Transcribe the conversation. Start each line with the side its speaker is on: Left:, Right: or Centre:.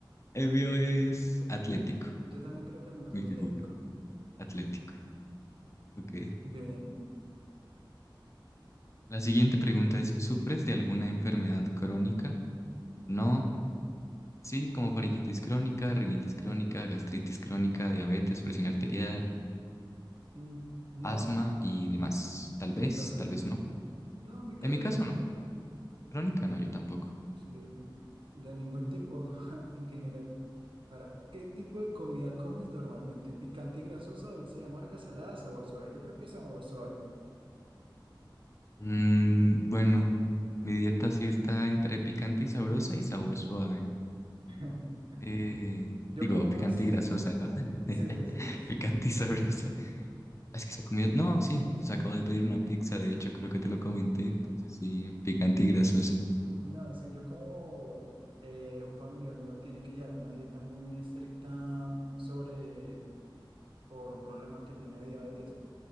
Left: Evio es atlético,
Right: yo también creo que el mío es
Left: mi
Right: atlético.
Left: figura, atlético. Ok.
Right: Bien.
Left: La siguiente pregunta es, ¿sufres de alguna enfermedad crónica? No. Sí, como faringitis crónica, rinitis crónica, gastritis crónica, diabetes, presión arterial,
Right: Mm, no,
Left: asma y demás. Tal
Right: en
Left: vez,
Right: mi caso,
Left: tal vez no.
Right: no, en mi caso
Left: En mi caso
Right: no.
Left: no. Crónica no, yo tampoco.
Right: Sí, de ningún tipo <laughs> en general. Ahora, ¿qué tipo de comida comes normalmente? Picante y grasosa, dulce y amarga, salada, sabor suave. Yo creo que sabor suave.
Left: Mm, bueno, mi dieta sí está entre picante y sabrosa y sabor suave.
Right: <laughs>
Left: Eh,
Right: Yo
Left: digo,
Right: como más.
Left: picante y grasosa, ¿no? <laughs>
Right: Sí, sí, sí.
Left: Picante y sabrosa. Ah, Es que se ha comido. No, sí, pues acabo de pedir una pizza, de hecho, creo que te lo comenté, entonces sí, picante y grasosa.
Right: No, sí, yo como eh, un familiar mío tiene que llevar una dieta muy estricta sobre por un problema que tiene de diabetes.